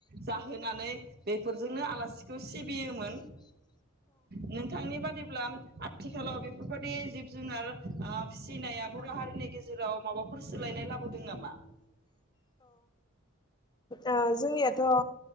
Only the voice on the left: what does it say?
ओ जोंनियाथ' ओ